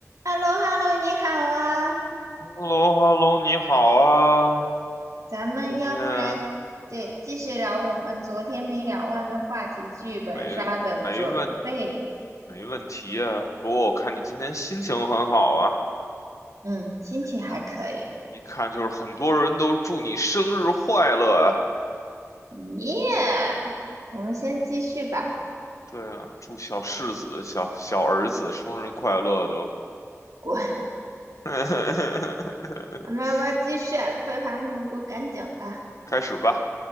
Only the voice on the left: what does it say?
h e l l o h e l l o 你好啊，
今天没没问没问题啊。不过我看你今天心情很好啊，
一看一看就是很多人都祝你生日快乐啊。
对啊，祝小世子、小小儿子生日快乐都。
<laughs>
开始吧，